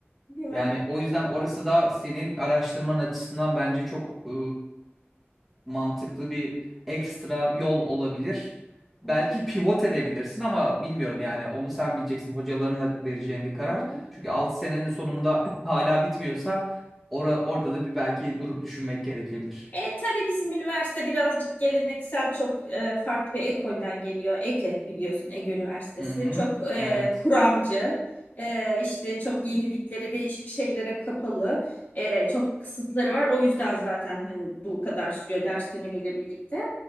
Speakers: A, on the left; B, in the centre.
A: Değil mi?
B: Yani o yüzden orası da senin araştırman açısından bence çok e, mantıklı bir ekstra yol olabilir.
A: Hı
B: Belki
A: hı,
B: pivot edebilirsin ama bilmiyorum yani onu sen bileceksin hocalarına vereceğin bir karar.
A: hı hı.
B: Çünkü 6 senenin sonunda hala bitmiyorsa ora- orada da bir belki durup düşünmek gerekebilir.
A: E tabii bizim üniversite birazcık geleneksel çok e, farklı bir ekolden geliyor. Ege biliyorsun Ege Üniversitesi
B: Hı hı.
A: çok e,
B: Evet.
A: kuramcı e, işte çok yeniliklere değişik şeylere kapalı e, çok kısıtları var. O yüzden zaten hani bu kadar sürüyor ders dönemiyle birlikte.